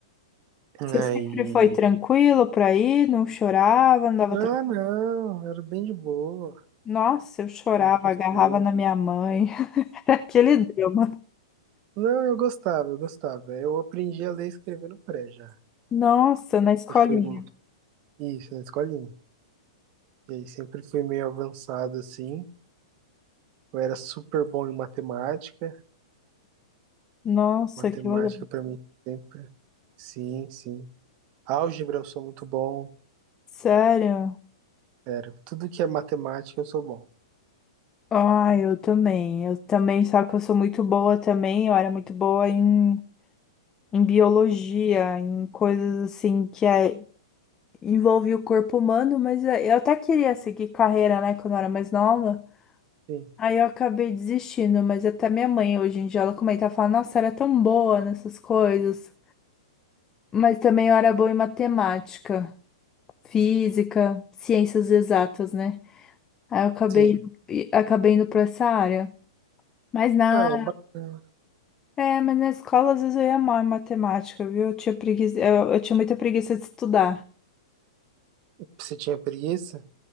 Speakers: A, on the right (about 40°); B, on the left (about 20°).
A: Aí.
B: Se sempre foi tranquilo pra ir, não chorava, não dava
A: Ah,
B: tra...
A: não, era bem de boa.
B: Nossa, eu chorava,
A: Sempre
B: agarrava
A: foi.
B: na minha mãe. <laughs> Era Aquele drama.
A: Não, eu gostava, eu gostava. Eu aprendi a ler e escrever no pré já.
B: Nossa, na escolinha.
A: Eu fui. Isso, na escolinha. E aí sempre fui meio avançado assim. Eu era super bom em matemática.
B: Nossa,
A: Matemática
B: que legal.
A: para mim sempre. Sim, sim. Álgebra eu sou muito bom.
B: Sério?
A: Sério, tudo que é matemática eu sou bom.
B: Ai, eu também. Eu também, só que eu sou muito boa também. Eu era muito boa em, em biologia, em coisas assim que é, envolve o corpo humano, mas é, eu até queria seguir carreira, né, quando eu era mais nova.
A: Sim,
B: Aí eu acabei desistindo, mas até minha mãe hoje em dia ela comenta, ela fala, nossa, era tão boa nessas coisas. Mas também eu era boa em matemática, física, ciências exatas, né? Aí eu acabei,
A: sim.
B: e- acabei indo pra essa área. Mas na,
A: Ah, é bacana.
B: é, mas na escola às vezes eu ia mal em matemática, viu? Eu tinha preguiça, eu, eu tinha muita preguiça de estudar.
A: Você tinha preguiça?